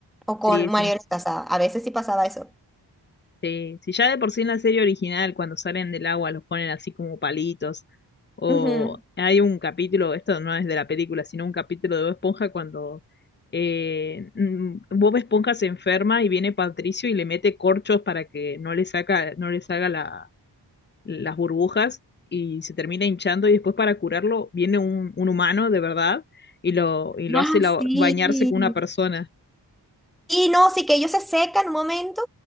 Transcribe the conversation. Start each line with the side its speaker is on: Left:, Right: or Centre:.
Centre: o
Left: Sí,
Centre: con
Left: sí,
Centre: marionetas. A, a veces sí pasaba eso.
Left: sí. Si ya de por sí en la serie original, cuando salen del agua, los ponen así como palitos. O
Centre: Ujú.
Left: hay un capítulo, esto no es de la película, sino un capítulo de Bob Esponja cuando eh, mm, Bob Esponja se enferma y viene Patricio y le mete corchos para que no le saca, no le salga la, las burbujas y se termina hinchando y después para curarlo viene un, un humano de verdad y lo, y lo
Centre: Ah,
Left: hace la-
Centre: sí.
Left: bañarse con una persona.
Centre: y no, sí que ellos se secan un momento